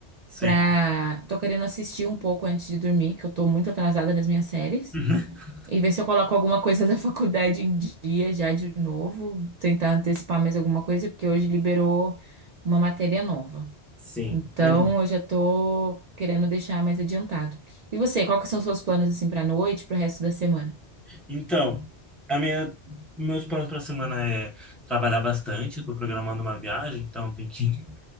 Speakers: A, in the centre; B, on the right.
A: Sim.
B: pra. Tô querendo assistir um pouco antes de dormir, que eu tô muito atrasada nas minhas séries.
A: <laughs>
B: E ver se eu coloco alguma coisa <laughs> da faculdade em dia já de novo. Tentar antecipar mais alguma coisa, porque hoje liberou uma matéria nova.
A: Sim.
B: Então
A: É,
B: eu já tô querendo deixar mais adiantado. E você, quais são os seus planos assim pra noite, pro resto da semana?
A: Então, a minha, meus planos para a semana é trabalhar bastante. Estou programando uma viagem, então tem que